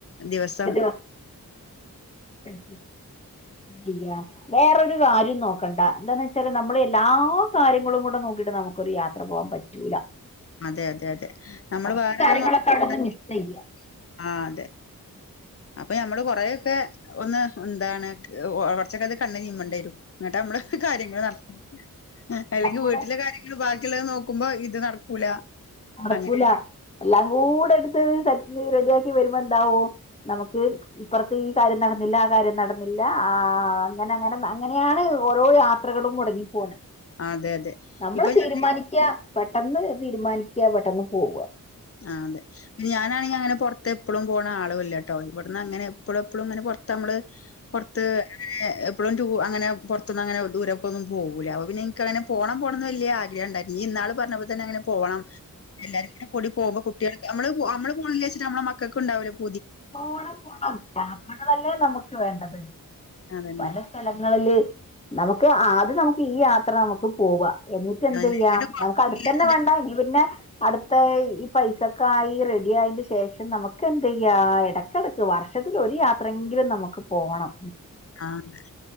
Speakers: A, on the left; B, on the left.
A: ദിവസം
B: ഒരു ഉ ഇല്ല വേറൊരു കാര്യം നോക്കണ്ട എന്താന്ന് വെച്ചാല് നമ്മൾള് എല്ലാ കാര്യങ്ങളും കൂടെ നോക്കിട്ട് ഒന്നു നമുക്കൊരു യാത്ര പോകൻ പറ്റൂല
A: അതെ അതെ അതെ നമ്മള്
B: കുറച്ച്
A: വേറെള്ളത്
B: കാര്യങ്ങളൊക്കെ അവിടെന്ന്
A: <unintelligible>
B: മിസ് ചെയ്യ
A: ആ അതെ അപ്പൊ ഞമ്മള് കൊറെക്കെ ഒന്ന് എന്താണ് കുറച്ചൊക്കെ അത് കണ്ണ് ചിമ്മണ്ടി വരും എന്നട്ട് നമ്മള് കാര്യങ്ങൾ നടത്ത <unintelligible> അല്ലെങ്കിൽ
B: അതും കൂടെ
A: വീട്ടിലെ കാര്യങ്ങൾ ബാക്കിയുള്ളത് നോക്കുമ്പോ ഇത് ഇത് നടക്കൂല
B: നടക്കൂല
A: അങ്ങനെ
B: എല്ലാം കൂടെ എടുത്ത് സെറ്റ് റെഡിയാക്കി വരുമ്പോ എന്താവും നമുക്ക് ഇപ്പുറത്ത് ഈ കാര്യം നടന്നില്ല ആ കാര്യം നടന്നില്ല ആ അങ്ങനെ അങ്ങനെ അങ്ങനെയാണ് ഓരോ യാത്രകളും മുടങ്ങിപ്പോണെ
A: അതെ അതെ
B: നമ്മള്
A: ഇപ്പൊ
B: തീരുമാനിക്കാ
A: ഞാന്
B: പെട്ടെന്ന് തീരുമാനിക്കാ പെട്ടെന്ന് പോവുക
A: ആ അതെ ഞാനാണെങ്കി അങ്ങനെ പുറത്തെ എപ്പോഴും പോണ ആളും അല്ല ട്ടോ ഇവിടുന്ന് അങ്ങനെ എപ്പളു എപ്പളും അങ്ങനെ പൊറത്ത് നമ്മള് പ പൊറത്ത് ഏ മ് എപ്പോഴും ടു അങ്ങന പൊറത്തൊന്നും അങ്ങനെ ദൂരക്കൊന്നും പോകൂലഅപ്പോ പിന്നെ എനക്ക്ങ്ങനെ പോണം പോണംന്ന് വലിയ ആഗ്രഹംണ്ടായിരുന്നു നീഇന്നാള് പറഞ്ഞപ്പ <unintelligible> അങ്ങനെ പോണം എല്ലാരുംകൂടി പോക്മ്പോ കുട്ടികൾ നമ്മ നമ്മള് പോണില്ലാച്ചിട്ട് നമ്മെളെ മക്കൾക്ക് ഉണ്ടാവില്ലേ പൂ
B: പോണം പോണം യാത്രകളല്ലേ നമുക്ക് വേണ്ടത്
A: അതന്നെ
B: പല സ്ഥലങ്ങളില് നമുക്ക് ആദ്യം നമുക്ക് ഈ യാത്ര നമുക്ക് പോവാ എന്നിട്ട് എന്ത്
A: അതിനെങ്ങട്
B: ചെയ്യാം നമുക്ക് അടുത്തന്നെ വേണ്ട ഇനീ പിന്നെ അടുത്ത ഈ പൈസക്കെ ആയി റെഡി ആയന്റെ ശേഷം നമുക്ക് എന്ത് ചെയ്യാ <unintelligible> ഇടക്കിടക്ക് വർഷത്തിൽ ഒരു യാത്രയെങ്കിലും നമുക്ക് പോകണം
A: ആ അതെ